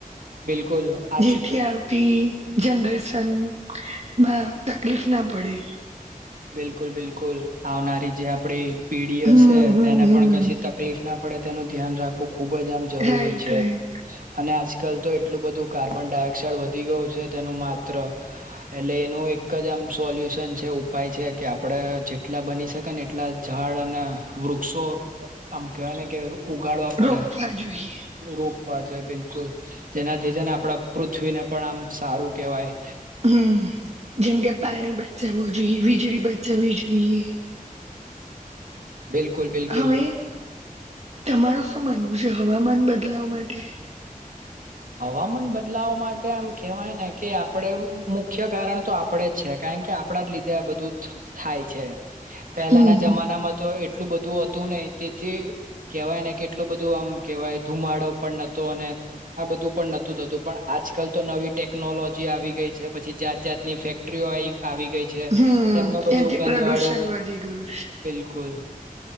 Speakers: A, on the right (about 70°); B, on the right (about 50°).
A: બિલકુલ આજ
B: જેથી આવતી. જનરેશન માં તકલીફ ના પડે.
A: બિલકુલ બિલકુલ આવનારી જે આપડી પીડી
B: હમ
A: હશે
B: હમ
A: તેને
B: હમ
A: પણ કશી તકલીફ ના પડે તેનું ધ્યાન રાખવું ખુબ જ આમ જરૂરી
B: રાઈટ
A: છે.
B: રાઈટ
A: અને આજકાલ તો એટલું બધું કાર્બન ડાયોક્સાાઈડ વધી ગયું છે. તેનું માત્ર. એટલે એનું એક જ આમ સોલ્યુશન છેઉ. ઉપાય છે. કે આપડે જેટલા બની શકે ને એટલા ઝાડ અને વૃક્ષો. આમ કેવાય ને કે ઉગાડવા પડે,
B: રોપવા જોઈએ
A: રોપવા જોઈએ બિલકુલ જેનાથી છે. ને આપડા પૃથ્વીને પણ આમ સારું કેહેવાય.
B: હમ જેમ કે પાણી બચાવવું જોઈએ વીજળી બચાવવી જોઈએ.
A: <inaudible> બિલકુલ
B: તે અ હવે તમારું શું માનવું છે. હવામાન બદલાવ માટે.
A: હવામાન બદલાવ માટે આમ કેવાય ને કે આપડે મુખ્ય કારણ તો આપડે જ છે. કારણ કે આપડા જ લીધે આ બધું ધ થાય છે. પહેલાના
B: હમ
A: જમાના માં તોએ. એટલું બધું હતું ને તેથી. કહેવાય ને કેટલું બધું આમ કેવાય ધુમાડો પણ નતો અને આ બધું પણ નહોતું થતું પણ આજકાલ તો નવી ટેકનોલોજી આવી ગઈ છે. પછી જાત જાતની ફેક. ત્રીઓ આઈ આવી ગઈ છે.
B: હમ
A: તેમનું બધું
B: એથી
A: ગંધવાળું
B: પ્રદુષણ વધી ગયું છે
A: બિલકુલ.